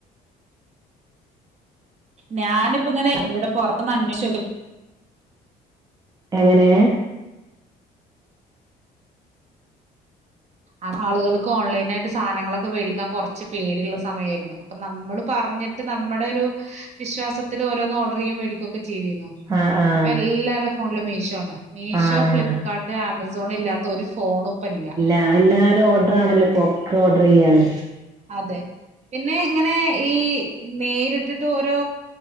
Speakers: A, on the right; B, on the right.
A: ഞാന്പ്പങ്ങനെ ഇവിടെ പൊറത്തൊന്ന് അന്വേഷ്ചോക്കി
B: എങ്ങനെ
A: അപോ ആളുകൾക്കോൺലൈനായിട്ട് സാനങ്ങളൊക്കെ വേടിക്കാ കൊർച്ച് പേടിള്ള സമയേര്ന്നു അപ്പൊ നമ്മള് പറഞ്ഞിട്ട് നമ്മടെരു വിശ്വാസത്തില് ഓരോന്ന് ഓഡ്രിയ്യും വേടികൊക്കെ ചീതീര്ന്നു
B: ആഹ് ആഹ്
A: ഇപ്പെ എല്ലാരെ ഫോൺലും മീഷോ ആണ് മീഷോ
B: ആഹ്
A: ഫ്ലിപ്കാർട്ട് ആമസോണി ല്ലാത്ത ത്തൊരു ഫോണുംപ്പല്ല
B: എല്ലാരു ഓഡ്രറാണല്ലോ പൊക്കെ ഓഡ്രിയ്യാണ്
A: അതെ പിന്നെങ്ങനെ ഈ നേരിട്ട്ട്ട് ഓരോ